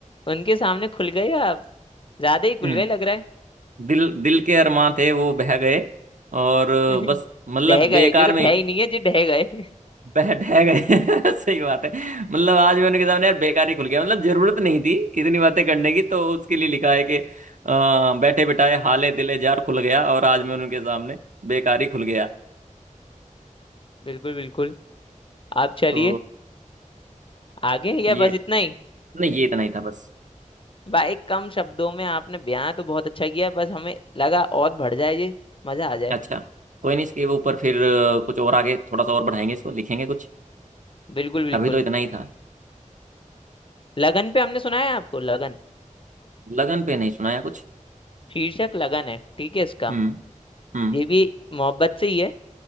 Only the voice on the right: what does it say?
हम्म
दिल दिल के अरमां थे वो बह गए और
बस मतलब
बेकार
में
बह ढह गए <laughs> सही बात है मतलब आज मैं उनके सामने यार बेकार ही खुल गया मतलब जरूरत नहीं थी इतनी बातें करने की तो उसके लिए लिखा है कि अ, बैठे बिठाए हाले दिले जार खुल गया और आज मैं उनके सामने बेकार ही खुल गया
तो
ये
नहीं ये इतना ही था बस
अच्छा कोई नहीं इसके ऊपर फिर अ, कुछ और आगे थोड़ा सा और बढ़ाएंगे इसको लिखेंगे कुछ
अभी तो इतना ही था
लगन पे नहीं सुनाया कुछ
हम्म हम्म